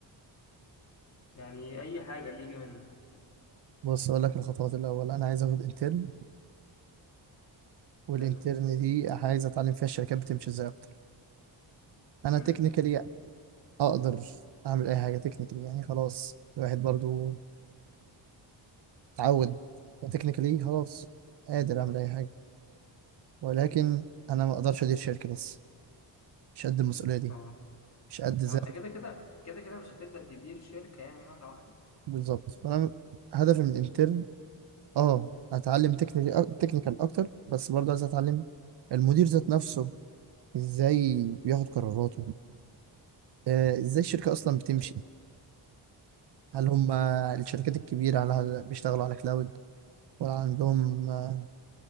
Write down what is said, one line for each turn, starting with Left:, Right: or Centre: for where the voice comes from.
Left: يعني أي حاجة اللي يجي منك
Right: بص اقول لك الخطوات الاول انا عايز اخد انترن والانترن
Left: حلو
Right: دي عايز اتعلم فيها الشركات بتمشي ازاي اكتر انا
Left: أمم
Right: تكنيكالي اقدر اعمل اي حاجة تكنيكالي يعني خلاص الواحد برضو اتعود تكنيكالي خلاص قادر اعمل اي حاجة ولكن انا ما اقدرش ادير شركة بس مش قد المسؤولية دي
Left: أه
Right: مش قد
Left: ما
Right: ازاي
Left: هو أنت كده كده كده كده مش هتبدأ تدير شركة يعني مرة واحدة
Right: بالظبط فانا هدفي من الانترن اه اتعلم تكنيكال تكنيكال اكتر بس برضه عايز اتعلم المدير ذات نفسه ازاي بياخد قراراته آه، ازاي الشركة اصلا بتمشي
Left: أه
Right: هل هم الشركات الكبيرة على بيشتغلوا على كلاود ولا عندهم آه،